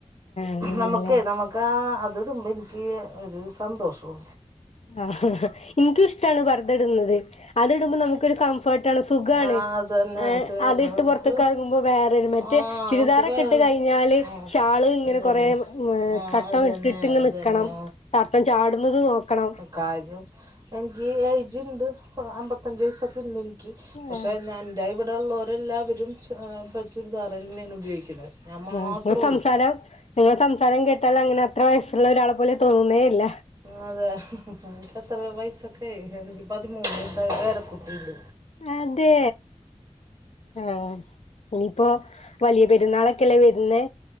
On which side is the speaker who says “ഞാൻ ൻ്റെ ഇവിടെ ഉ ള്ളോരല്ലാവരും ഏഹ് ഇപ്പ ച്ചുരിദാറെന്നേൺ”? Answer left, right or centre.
Right